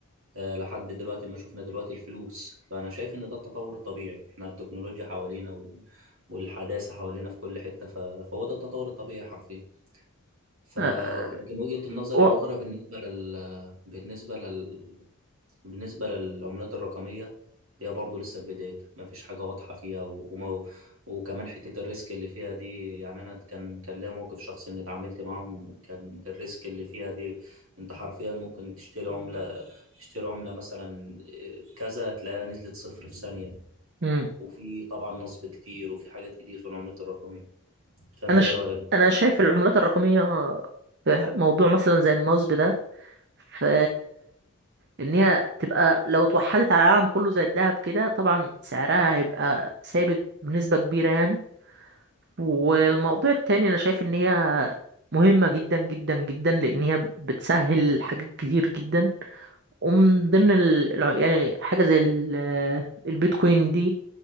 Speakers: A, on the right (about 65°); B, on the right (about 50°).
A: آه، لحد دلوقتي ما شفنا دلوقتي الفلوس فأنا شايف إن ده التطور الطبيعي إحنا التكنولوجيا حوالينا وال... والحداثة حوالينا في كل حتة ف... فهو ده التطور الطبيعي حرفيا ف...
B: آه،
A: لكن وجهة النظر
B: و...
A: الأخرى بالنسبة لل... بالنسبة لل... بالنسبة للعملات الرقمية هي برضه لسه في بدايتها مفيش حاجة واضحة فيها و- وما وكمان حتة الريسك اللي فيها دي يعني أنا كان كان ليا موقف شخصي إني اتعاملت معاهم كان الريسك اللي فيها دي أنت حرفيا ممكن تشتري عملة تشتري عملة مثلا إيه، كذا تلاقيها نزلت صفر في ثانية
B: مم.
A: وفي طبعا نصب كتير وفي حاجات كتير في العملات الرقمية فأنت
B: انا ش...
A: إيه رأيك؟
B: انا شايف العملات الرقميه في موضوع مثلا زي النصب ده في انها تبقى لو اتوحدت على العالم كله زي الذهب كده طبعا سعرها هيبقى ثابت بنسبه كبيره يعني والموضوع التاني انا شايف ان هي مهمة جدا جدا جدا لان هي بتسهل حاجات كتير جدا ومن ضمن ال... الع- يعني حاجة زي ال... البيتكوين دي